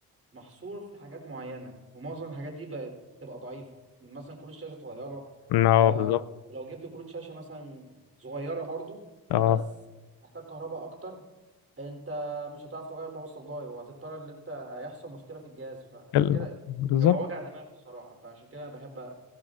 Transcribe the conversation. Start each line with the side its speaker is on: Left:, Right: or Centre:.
Right: محصور في حاجات معينة ومعظم الحاجات دي بقت بتبقى ضعيفة يعني مثلا كروت شاشة صغيرة
Left: اه
Right: آه
Left: بالظبط
Right: لو جبت كروت شاشة مثلا صغيرة برضو
Left: اه
Right: بس تحتاج كهرباء أكتر أنت مش هتعرف تغير باور سبلاي وهتضطر إن أنت هيحصل مشكلة في الجهاز فعشان
Left: ال-
Right: كده
Left: بالظبط
Right: هو وجع دماغ بصراحة فعشان كده أنا بحب